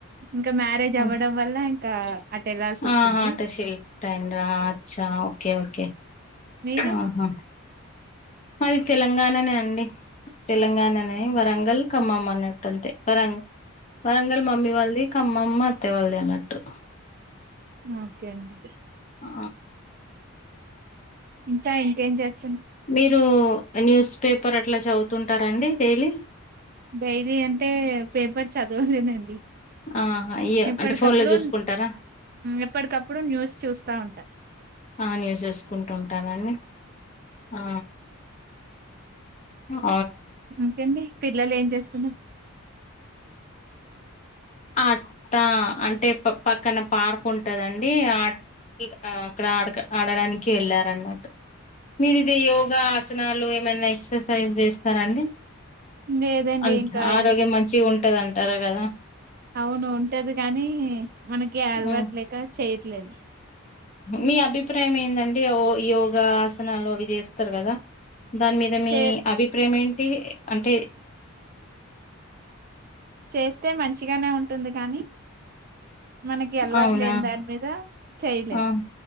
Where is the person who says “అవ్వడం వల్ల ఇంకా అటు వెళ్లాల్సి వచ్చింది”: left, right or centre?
Right